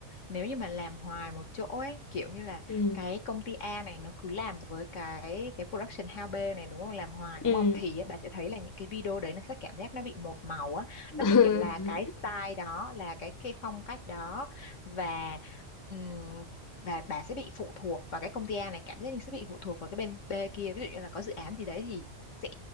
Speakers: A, on the left; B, on the left.
A: nếu như mà làm hoài một chỗ ấy kiểu như là
B: ừ.
A: cái công ty A này nó cứ làm với cái cái production house B này đúng không làm hoài đúng
B: ừ
A: không thì á, bà sẽ thấy là những cái video đấy nó sẽ cảm giác nó bị một màu á nó
B: <laughs>
A: sẽ kiểu là cái style đó là cái cái phong cách đó và ừm, và bà sẽ bị phụ thuộc vào cái công ty A này cảm giác như sẽ bị phụ thuộc vào cái bên B kia ví dụ như là có dự án gì đấy thì sẽ